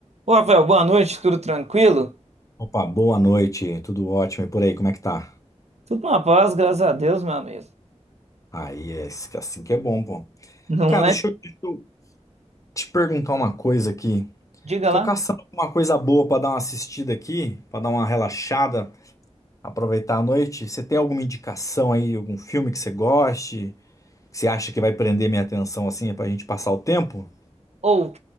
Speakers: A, on the right; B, on the left.
A: Ô, Rafael, boa noite, tudo tranquilo?
B: Opa, boa noite, tudo ótimo e por aí, como é que tá?
A: Tudo na paz, graças a Deus, meu amigo.
B: Aí, é isso que- é assim que é bom, pô.
A: Não
B: Cara,
A: é?
B: deixa eu, deixa eu te perguntar uma coisa aqui.
A: Diga
B: Tô
A: lá.
B: caçando alguma coisa boa pra dar uma assistida aqui, pra dar uma relaxada, aproveitar a noite. Você tem alguma indicação aí, algum filme que você goste, que você acha que vai prender minha atenção assim, pra gente passar o tempo?
A: Ou,